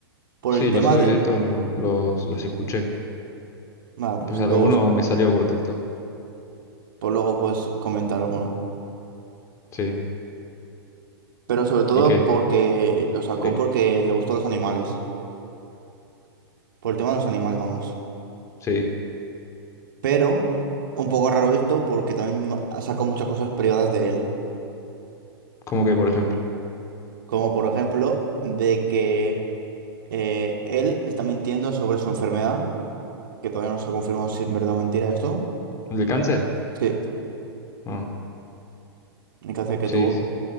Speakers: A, on the right (about 55°); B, on the left (about 20°).
A: Por
B: Sí,
A: el tema
B: los audios
A: de.
B: de esto no, los, los escuché.
A: Bueno, pues
B: Pues alguno
A: luego sí,
B: me salió por TikTok.
A: por luego puedes comentar alguno.
B: Sí.
A: Pero sobre todo
B: ¿Y qué?
A: porque lo sacó
B: Sí.
A: porque le gustó los animales. Por el tema de los animales, vamos.
B: Sí.
A: Pero un poco raro esto porque también ma- ha sacado muchas cosas privadas de él,
B: ¿Cómo que, por ejemplo?
A: como por ejemplo de que eh, él está mintiendo sobre su enfermedad, que todavía no se ha confirmado si es verdad o mentira esto.
B: ¿El de cáncer?
A: Sí,
B: Ah,
A: el cáncer que
B: sí,
A: tuvo.
B: sí.